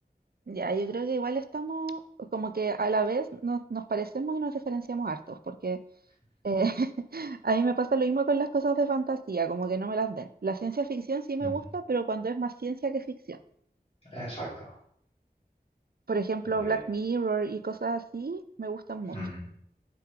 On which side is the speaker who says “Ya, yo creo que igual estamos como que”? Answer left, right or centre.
Right